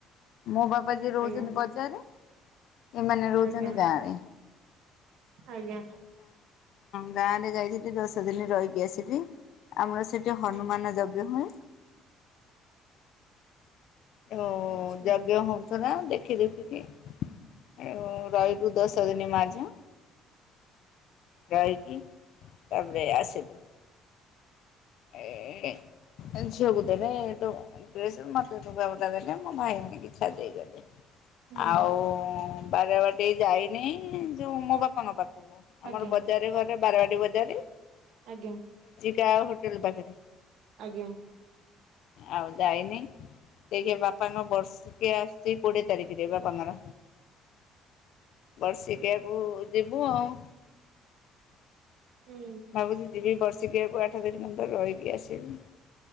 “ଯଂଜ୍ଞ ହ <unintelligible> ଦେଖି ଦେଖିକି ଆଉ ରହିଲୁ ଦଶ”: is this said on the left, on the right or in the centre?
Left